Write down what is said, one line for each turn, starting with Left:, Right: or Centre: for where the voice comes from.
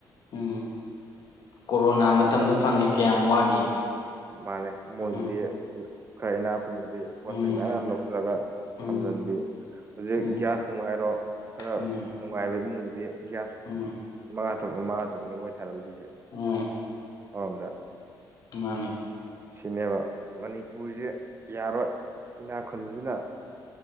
Left: ꯎꯝ ꯀꯣꯔꯣꯅꯥ ꯃꯇꯝꯗ ꯐꯪꯉꯦ ꯀꯌꯥꯝ ꯋꯥꯒꯦ
Right: ꯃꯥꯅꯦ ꯃꯣꯏꯒꯤꯗꯤ
Left: ꯎꯝ
Right: ꯈꯔ ꯏꯅꯥ ꯈꯨꯨꯟꯕꯗꯤ ꯄꯣꯠ
Left: ꯎꯝ
Right: ꯆꯩꯩ ꯃꯌꯥꯝ ꯌꯥꯝ ꯂꯧꯁꯤꯜꯂꯒ
Left: ꯎꯝ
Right: ꯊꯝꯖꯤꯟꯕꯤ ꯍꯧꯖꯤꯛ
Left: ꯎꯝ
Right: ꯒ꯭ꯌꯥꯁ ꯅꯨꯡ ꯍꯥꯏꯔꯣ ꯈꯔ
Left: ꯎꯝ
Right: ꯅꯨꯡꯉꯥꯏꯕ ꯏꯃꯨꯡꯗꯗꯤ ꯒ꯭ꯌꯥꯁ
Left: ꯎꯝ
Right: ꯃꯉꯥ ꯇꯔꯨꯛꯅꯤ ꯃꯉꯥ ꯇꯔꯨꯛꯅꯤ ꯃꯣꯏ ꯊꯥꯅꯝꯗꯣꯏꯁꯦ
Left: ꯎꯝ
Right: ꯑꯃꯔꯣꯝꯗ
Left: ꯃꯥꯅꯤ
Right: ꯁꯤꯅꯦꯕ ꯃꯅꯤꯄꯨꯔꯁꯦ ꯌꯥꯔꯣꯏ ꯏꯅꯥꯥ ꯈꯨꯟꯕꯁꯤꯅ